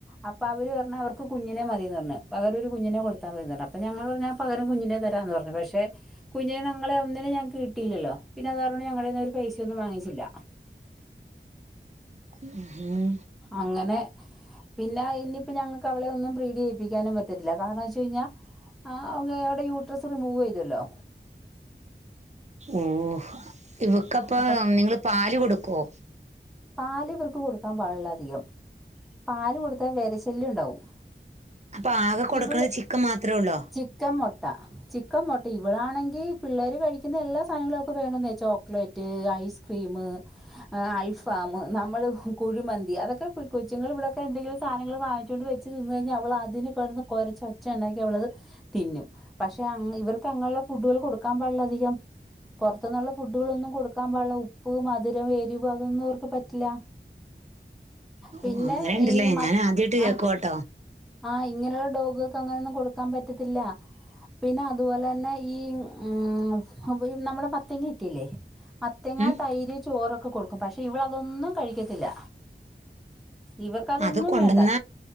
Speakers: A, in the centre; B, on the right (about 40°).
A: അപ്പൊ അവര് പറഞ്ഞ് അവർക്ക് കുഞ്ഞിനെ മതിന്ന് പറഞ്ഞു പകരം ഒരു കുഞ്ഞിനെ കൊടുത്താ മതിന്ന് പറഞ്ഞു അപ്പൊ ഞങ്ങള് പറഞ്ഞ പകരം കുഞ്ഞിനെ തരാന്ന് പറഞ്ഞു പക്ഷെ കുഞ്ഞിനെഞങ്ങളെ ഒന്നിനേ ഞങ്ങക്ക് കിട്ടില്ലല്ലോ പിന്നെതാരണം ഞങ്ങളേന്ന് അവര് പൈസ ഒന്നും വാങ്ങിച്ചില്ല <inaudible>
B: ഉം ഹും
A: അങ്ങനെ പിന്നെ ഇനിയിപ്പം ഞങ്ങക്ക് അവള ഒന്നും പ്രീഡിചെയ്യിപ്പിക്കാനും പറ്റത്തില്ല കാരണംന്ന് വെച്ച് കഴിഞ്ഞാ ആഹ് അവിടെ യൂട്രസ് റിമൂവ് ചെയ്തല്ലോ
B: ഓഹ് ഇവക്കപ്പ
A: അപ്പൊ
B: നിങ്ങള് പാല് കൊടുക്കുവോ
A: പാല് ഇവർക്ക് കൊടുക്കാൻ പാടില്ല അധികം പാല് കൊടുത്താൽ വിരശല്യം ഉണ്ടാവും
B: അപ്പൊ ആകെ കൊടുക്കുന്നത്
A: ഇവള്
B: ചിക്കൻ മാത്രേ ഉള്ളോ
A: ചിക്കൻ മുട്ട ചിക്കൻ മൊട്ട ഇവളാണെങ്കി പിള്ളേര് കഴിക്കുന്ന എല്ലാ സാധനങ്ങളും അവക്ക് വേണവെന്നായി ചോക്ലേറ്റ് ഐസ് ക്രീമ് അൽഫാമ് നമ്മള് കുഴിമന്തി അതൊക്കെ കൊച്ചുങ്ങൾ ഇവിടെൊക്കെ എന്തെങ്കിലും സാധനങ്ങൾ വാങ്ങിച്ചൊണ്ട് വെച് ച്ച് തിന്ന് കഴിഞ്ഞാൽ അവൾ അതിന് കെടന്ന് കൊരച്ച് ഒച്ച ഉണ്ടാക്കി അവളത് തിന്നും പക്ഷെ അങ്ങ് ഇവർക്ക് അങ്ങനെയുള്ള ഫുഡുകൾ കൊടുക്കാൻ പാടില്ലധികം പുറത്തുന്നുള്ള ഫുഡുകളൊന്നും കൊടുക്കാൻപാള്ളൂ ഉപ്പ് മധുരം എരിവ് അതൊന്നും ഇവർക്ക് പറ്റില്ല
B: ഓ
A: പിന്നെ
B: അങ്ങനെണ്ടല്ലേ
A: ഈ മത്
B: ഞാൻ ആദ്യായിട്ട് കേക്കുവാട്ടോ
A: ആഹ് ആഹ് ഇങ്ങനെയുള്ള ഡോഗുകൾക്ക് അങ്ങനെയൊന്നും കൊടുക്കാൻ പറ്റത്തില്ല പിന്നെ അതുപോലെ തന്നെ ഈ ഉം നമ്മടെ മത്തങ്ങക്കയില്ലേ മത്തങ്ങ
B: ഉം
A: തൈര് ചോറൊക്കെ കൊടുക്കും പഷ് ഇവളതൊന്നും കഴിക്കത്തില്ല ഇവക്കതൊന്നും
B: അത് കൊണ്ടുവന്ന
A: വേണ്ട